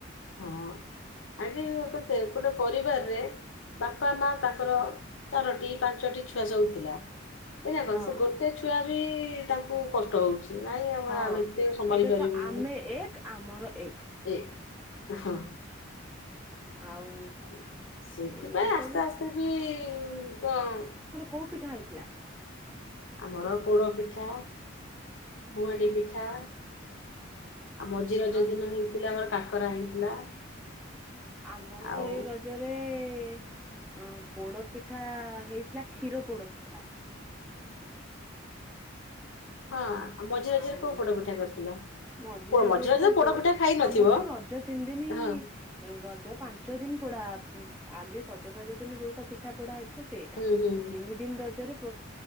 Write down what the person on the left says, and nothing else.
ହଁ ଆଜ୍ଞା କତେ ଏପଟେ ପରିବାରରେ ବାପା ମା ତାଙ୍କର ଚାରୋଟି ପାଞ୍ଚଟି ଛୁଆ ସବୁ ଥିଲା। ଏଇନା କଣ
ସେ ଗୋଟେ ଛୁଆ ବି ତାଙ୍କୁ କଷ୍ଟ ହଉଚି ନାଇଁ ଆମେ
ଆ ଏତେ ସମ୍ଭାଳି
ପାରିବୁନି।
ଏ ହଁ।
ଆ ସେଥିପାଇଁ
ଆସ୍ତେ ଆସ୍ତେ ବି କଣ
ଆମର ପୋଡ ପିଠା ବୁହାଣ୍ଡି ପିଠା। ଆଉ ମଝିରେ ଯୋ
ଦିନ ହେଇଥିଲା ଆମର କାକରା ହେଇଥିଲା।
ଆଉ
ହଁ ମଝିରେ ମଝିରେ
କୋଉ ପୋଡ ପିଠା କରିଥିଲ?
ପୋ-
ପୋଡ
ପିଠା ଖାଇ ନଥିବ
ହଁ
ହୁଁ ହୁଁ